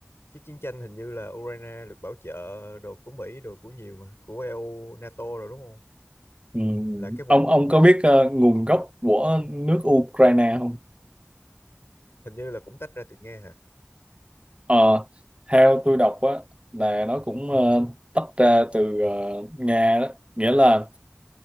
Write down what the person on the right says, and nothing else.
Ừ.
Ông
ông có biết ờ, nguồn gốc của nước Ukraine không?
Ờ, theo tôi đọc á là nó cũng ờ, tách ra từ ờ, Nga đó, nghĩa là